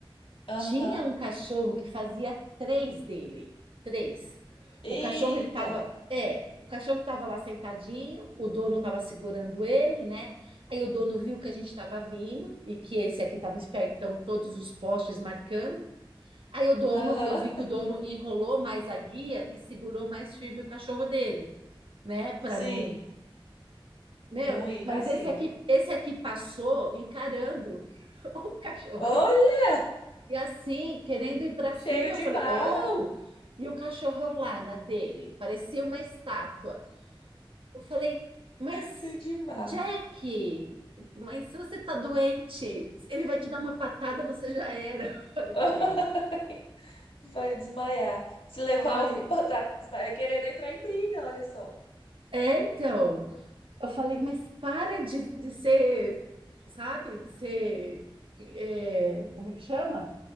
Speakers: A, on the left (about 80°); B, on the right (about 70°).
A: Aham.
B: Tinha um cachorro que fazia três dele. Três.
A: Eita!
B: O cachorro, ele tava. É, o cachorro estava lá sentadinho, o dono estava segurando ele, né? Aí o dono viu que a gente estava vindo e que esse aqui estava esperto, então todos os postes marcando. Aí o dono,
A: Aham.
B: eu vi que o dono enrolou mais a guia e segurou mais firme o cachorro dele, né? Para
A: <laughs> Sim.
B: não. Meu,
A: Não ir
B: mas
A: pra cima.
B: esse aqui, esse aqui passou encarando <laughs> o cachorro.
A: Olha,
B: E assim, querendo ir para cima,
A: cheio de
B: eu falei,
A: marra,
B: oh! E o cachorrão lá na dele, parecia uma estátua. Eu falei, mas
A: cheio de marra.
B: Jack, mas se você tá doente, ele vai te dar uma patada, você já era. <laughs> Eu falei
A: <laughs>
B: para ele.
A: Vai desmaiar. Se levar
B: Ai,
A: uma <laughs> batata, desmaia. Querendo entrar em briga, olha só.
B: é, então. Eu falei, mas para de, de ser, sabe, de ser, é, como é que chama?